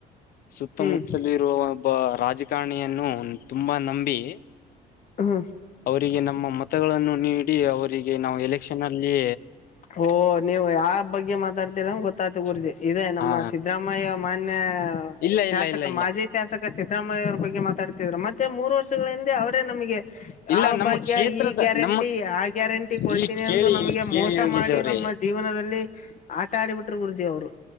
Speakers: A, on the left; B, on the left.
A: ಸುತ್ತಮುತ್ತಲಿ
B: ಹ್ಮ್
A: ಇರುವ ಒಬ್ಬ ರಾಜಕಾರಣಿಯನ್ನು ತುಂಬ ನಂಬಿ.
B: ಹ್ಮ್
A: ಅವರಿಗೆ ನಮ್ಮ ಮತಗಳನ್ನು ನೀಡಿ ಅವರಿಗೆ ನಾವು ಎಲೆಕ್ಷನ್ ಅಲ್ಲಿ.
B: ಓ ನೀವು ಯಾವ ಬಗ್ಗೆ ಮಾತಾಡ್ತಿರ ಅಂತ ಗೊತ್ತಾಯ್ತು ಗುರೂಜಿ ಇದೇ ನಮ್ಮ
A: ಹಾ
B: ಸಿದ್ದರಾಮಯ್ಯ ಮಾನ್ಯ
A: ಇಲ್ಲ
B: ಶಾಸಕ
A: ಇಲ್ಲ ಇಲ್ಲ ಇಲ್ಲ
B: ಮಾಜಿ ಶಾಸಕ ಸಿದ್ದರಾಮಯ್ಯ ಅವರ ಬಗ್ಗೆ ಮಾತಾಡ್ತಿದ್ರ ಮತ್ತ್ ತ್ತೆ ಮೂರು ವರ್ಷಗಳ ಹಿಂದೆ ಅವರೇ ನಮಗೆ
A: ಇಲ್ಲ
B: ಆ
A: ನಮ್ಮ
B: ಭಾಗ್ಯ
A: ಕ್ಷೇತ್ರದ
B: ಈ ಗ್ಯಾರಂಟಿ
A: ನಮ್ಮ
B: ಆ ಗ್ಯಾರಂಟಿ ಕೊಡ್ತೀನಿ
A: ಇಲ್ಲಿ ಕೇಳಿ
B: ಅಂದು ನಮಗೆ
A: ಇಲ್ಲಿ ಕೇಳಿ
B: ಮೋಸ
A: ಯೋಗೀಶ್
B: ಮಾಡಿ
A: ಅವ್ರೇ
B: ನಮ್ಮ ಜೀವನದಲ್ಲಿ ಆಟ ಆಡಿಬಿಟ್ರು ಗುರೂಜಿ ಅವರು.